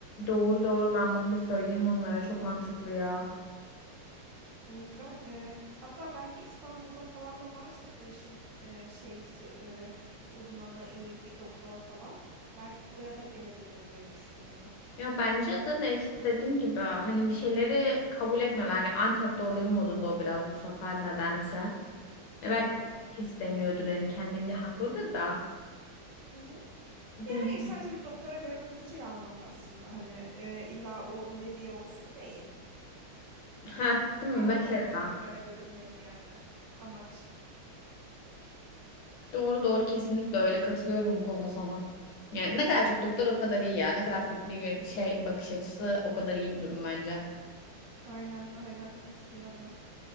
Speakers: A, on the left; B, on the right.
A: Doğru doğru ben bunu bir söyleyeyim onlara. Çok mantıklı ya.
B: O yüzden e, hatta belki İstanbul'da falan da varsa bu işin e, şeysi e, uzmanı iyi bir doktor falan belki buraya da gelebilir diye düşünüyorum.
A: Ya bence de de işte dediğim gibi hani bir şeyleri kabul etmiyorlar. Hani Antep'te olayım modunda o biraz bu sefer nedense. E
B: Hmm.
A: belki o istemiyordur hani kendince haklıdır da.
B: Hı hı.
A: Bilmiyorum.
B: Hayır sadece bir doktora görünüp fikir almak aslında hani e, illa o dediği olsun değil.
A: Heh, değil mi
B: Farklı
A: mesela?
B: doktorlara görünmek yani amaç.
A: Doğru doğru kesinlikle öyle katılıyorum bu konuda sana. Yani ne kadar çok doktor o kadar iyi ya. Ne kadar farklı gö- şey bakış açısı o kadar iyi bir durum bence.
B: Aynen aynen katılıyorum.